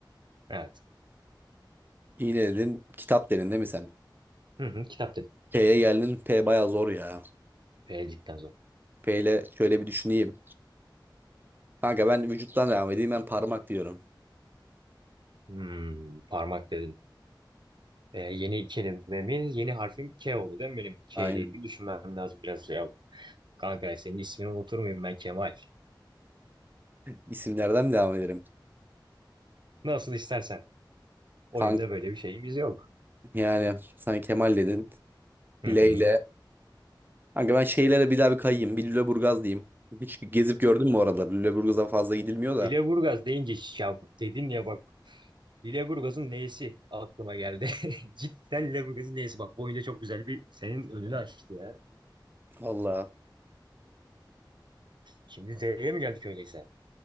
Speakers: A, on the right (about 70°); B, on the right (about 25°).
A: Evet.
B: İğne dedin. Kitap dedin değil mi sen?
A: Hı hı, kitap dedim.
B: P'ye geldin. P baya zor ya.
A: P cidden zor.
B: P ile şöyle bir düşüneyim. Kanka ben vücuttan devam edeyim. Ben parmak diyorum.
A: Hmm, parmak dedin. Ee, yeni kelimemiz, yeni harfim K oldu değil mi benim? K
B: Aynen.
A: ile ilgili düşünmem lazım biraz ya. Kanka senin ismini unutur muyum ben Kemal?
B: İsimlerden mi devam edelim?
A: Nasıl istersen. Oyunda
B: Kanka
A: böyle bir şeyimiz yok.
B: yani sen Kemal dedin.
A: Hı
B: Leyle.
A: hı.
B: Kanka ben şeylere bir daha bir kayayım. Bir Lüleburgaz diyeyim. Hiç gezip gördün mü oraları? Lüleburgaz'a fazla gidilmiyor da.
A: Hileburgaz deyince ya dedin ya bak. Hileburgaz'ın neyisi aklıma geldi. <laughs> Cidden Hileburgaz'ın neyisi bak. Bu oyunda çok güzel bir senin önünü açtı ya.
B: Valla.
A: Şimdi Z'ye mi geldik öyleyse?